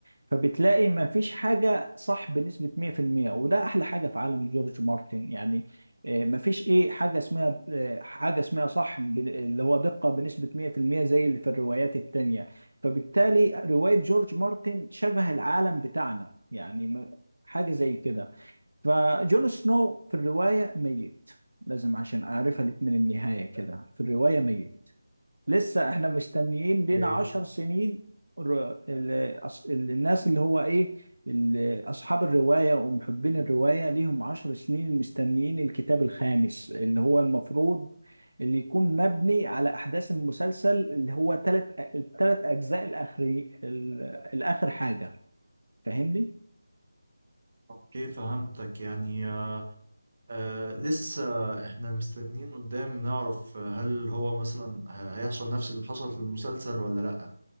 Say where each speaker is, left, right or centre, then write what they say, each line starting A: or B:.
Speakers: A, on the right; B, on the right.
A: فبتلاقي ما فيش حاجة صح بنسبة 100% وده أحلى حاجة في عالم جورج مارتن يعني آه، مفيش ايه حاجه اسمها آه، حاجه اسمها صح بال- اللي هو دقه بنسبه 100% زي اللي في الروايات التانية فبالتالي روايه جورج مارتن شبه العالم بتاعنا يعني م- حاجه زي كده فجون سنو في الروايه ميت لازم عشان اعرفها لك من النهايه كده في الروايه ميت لسه احنا مستنيين لنا
B: اوكي
A: عشر سنين الر- ال- أص- ال- الناس اللي هو ايه ال- اصحاب الرواية ومحبين الرواية ليهم عشر سنين مستنيين الكتاب الخامس اللي هو المفروض اللي يكون مبني على احداث المسلسل اللي هو ثلاث الثلاث اجزاء الاخري ال- الاخر حاجة فاهمني؟
B: اوكي فهمتك يعني آه لسه احنا مستنيين قدام نعرف آه، هل هو مثلا ه- هيحصل نفس اللي حصل في المسلسل ولا لا